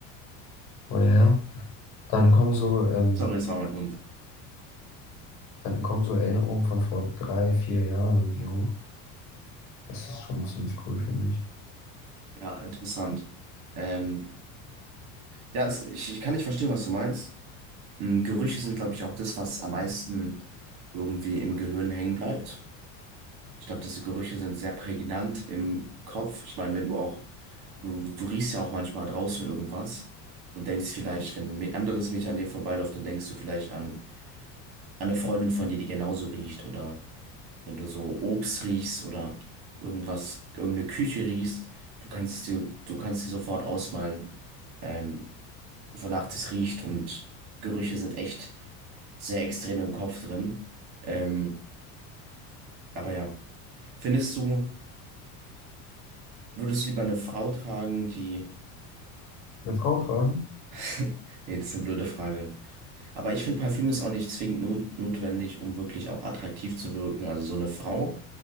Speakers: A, on the left; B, on the right.
A: oder her, dann kommen so, ähm,
B: Sorry, es war mein Hund.
A: dann kommen so Erinnerungen von vor drei, vier Jahren irgendwie hoch. Das ist schon ziemlich cool, finde ich.
B: Ja, interessant. Ähm, ja, es, ich, ich kann nicht verstehen, was du meinst. Mm, Gerüche sind, glaube ich, auch das, was am meisten irgendwie im Gehirn hängen bleibt. Ich glaube, diese Gerüche sind sehr prägnant im Kopf. Ich meine, wenn du auch, du, du riechst ja auch manchmal draußen irgendwas und denkst vielleicht, wenn ein anderes Mädchen an dir vorbeiläuft, dann denkst du vielleicht an, an eine Freundin von dir, die genauso riecht oder. Wenn du so Obst riechst oder irgendwas, irgendeine Küche riechst, du kannst es dir, du kannst dir sofort ausmalen, ähm, wonach das riecht und Gerüche sind echt sehr extrem im Kopf drin. Ähm, aber ja, findest du, würdest du lieber eine Frau tragen, die...
A: Eine Frau tragen?
B: <laughs> Nee, das ist eine blöde Frage. Aber ich finde, Parfüm ist auch nicht zwingend not notwendig, um wirklich auch attraktiv zu wirken. Also so eine Frau,